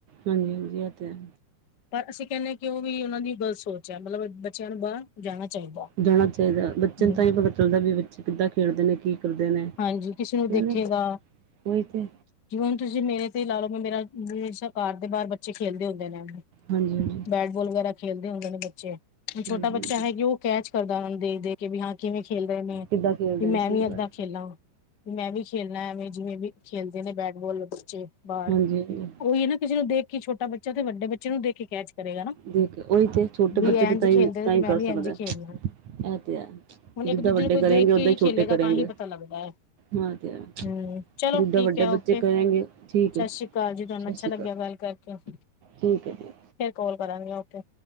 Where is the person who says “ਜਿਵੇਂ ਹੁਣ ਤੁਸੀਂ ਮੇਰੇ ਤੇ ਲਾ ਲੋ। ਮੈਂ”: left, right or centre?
Left